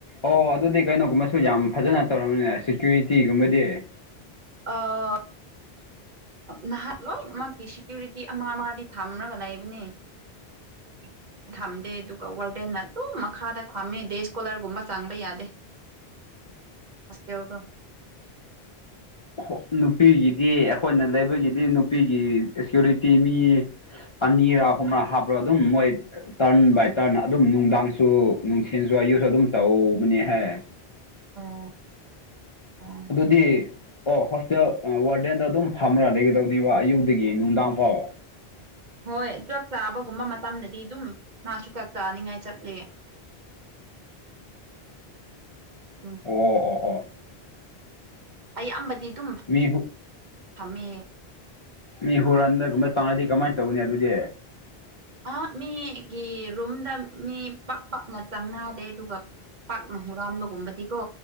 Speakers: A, on the left (about 40°); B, on the right (about 50°).
A: ꯑꯣ ꯑꯗꯨꯗꯤ ꯀꯩꯅꯣꯒꯨꯝꯕꯁꯨ ꯌꯥꯝ ꯐꯖꯅ ꯇꯧꯔꯝꯅꯤꯅꯦ ꯁꯦꯀ꯭ꯌꯨꯔꯤꯇꯤꯒꯨꯝꯕꯗꯤ꯫
B: ꯑꯥ ꯅꯍꯥꯠ ꯂꯣꯏꯅꯃꯛꯀꯤ ꯁꯦꯀ꯭ꯌꯨꯔꯤꯇꯤ ꯑꯃ ꯃꯗꯤ ꯊꯝꯔꯒ ꯂꯩꯕꯅꯦ꯫ <unintelligible> ꯊꯝꯗꯦ ꯑꯗꯨꯒ ꯋꯥꯔꯗꯦꯟꯅ ꯑꯗꯨꯝ ꯃꯈꯥꯗ ꯐꯝꯃꯦ ꯗꯦꯁꯀꯣꯂꯔꯒꯨꯝꯕ ꯆꯪꯕ ꯌꯥꯗꯦ꯫ ꯍꫭꯁꯇꯦꯜꯗꫭ꯫
A: ꯈꫭ ꯅꯨꯄꯤꯒꯤꯗꯤ ꯑꯩꯈꯣꯏꯅ ꯂꯩꯕꯒꯤꯗꯤ ꯅꯨꯄꯤꯒꯤ ꯁꯤꯀ꯭ꯌꯨꯔꯤꯇꯤ ꯃꯤ ꯑꯅꯤꯔꯥ ꯑꯍꯨꯝꯔꯥ ꯍꯥꯞꯔ ꯑꯗꯨꯝ ꯃꯣꯏ ꯇꯔꯟ ꯕꯥꯏ ꯇꯔꯟ ꯑꯗꯨꯝ ꯅꯨꯡꯗꯥꯡꯁꯨ ꯅꯨꯡꯊꯤꯟꯁꯨ ꯑꯌꯨꯁꯨ ꯑꯗꯨꯝ ꯇꯧꯕꯅꯦꯍꯦ꯫
B: ꯑꫭ ꯑꫭ꯫
A: ꯑꯗꯨꯗꯤ ꯑꯣ ꯍꯣꯁꯇꯦꯜ ꯑ ꯋꯥꯔꯗꯦꯟꯗꫭ ꯑꯗꯨꯝ ꯐꯝꯃꯔꯥ ꯂꯩꯒꯗꯕꯅꯦꯕ ꯑꯌꯨꯛꯗꯒꯤ ꯅꯨꯡꯗꯥꯡ ꯐꯥꯎ꯫
B: ꯍꯣꯏ ꯆꯥꯛ ꯆꯥꯕꯒꯨꯝꯕ ꯃꯇꯝꯗꯗꯤ ꯑꯗꯨꯝ ꯃꯥꯁꯨ ꯆꯥꯛ ꯆꯥꯅꯤꯡꯉꯥꯏ ꯆꯠꯂꯦ꯫ ꯑꯗꯨꯝ
A: ꯑꫭ ꯑꫭ ꯑꫭ꯫
B: ꯑꯌꯥꯝꯕꯗꯤ ꯗꯨꯝ
A: ꯃꯤꯕꯨ
B: ꯐꯝꯃꯦ꯫
A: ꯃꯤ ꯍꯨꯔꯟꯕꯒꯨꯝꯕ ꯆꯪꯑꯗꯤ ꯀꯃꯥꯏꯅ ꯇꯧꯒꯅꯤ ꯑꯗꯨꯗꯤ꯫
B: ꯑ ꯃꯤꯒꯤ ꯔꯨꯝꯗ ꯃꯤ ꯄꯥꯥꯛ ꯄꯥꯛꯅ ꯆꯪꯅꯥꯗꯦ ꯑꯗꯨꯒ ꯄꯥꯛꯅ ꯍꯨꯔꯥꯟꯕꯒꯨꯝꯕꯗꯤꯀꯣ